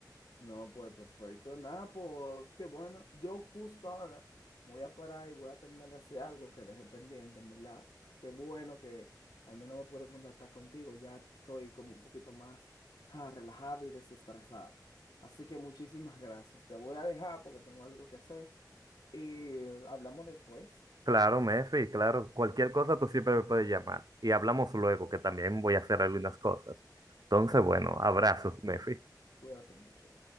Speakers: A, on the left; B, on the right.
A: No, pues perfecto. Nada, pues qué bueno. Yo justo ahora me voy a parar y voy a terminar de hacer algo que dejé pendiente, en verdad. Qué bueno que al menos me pude contactar contigo. Ya estoy como un poquito más ah, relajado y desestresado. Así que muchísimas <laughs> gracias. Te voy a dejar porque tengo algo que hacer y eh, hablamos después.
B: Claro, Mefi, claro. Cualquier cosa tú siempre me puedes llamar. Y hablamos luego, que también voy a hacer algunas cosas. Entonces, bueno, abrazos, Mefi.
A: Cuídate mucho.